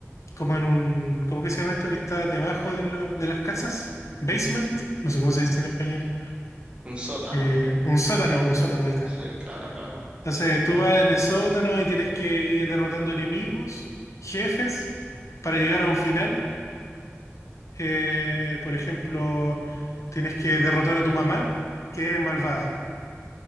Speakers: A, on the left; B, on the right.
A: como en un, ¿cómo que se llama esto? Que está debajo de, la- de las casas, basement, no sé cómo se dice en español,
B: Un sótano.
A: Eh, un sótano, un sótano, ahí está.
B: Sí, claro, claro.
A: Entonces tú vas en el sótano y tienes que ir derrotando enemigos, jefes, para llegar a un final. Eh, por ejemplo, tienes que derrotar a tu mamá, que es malvada,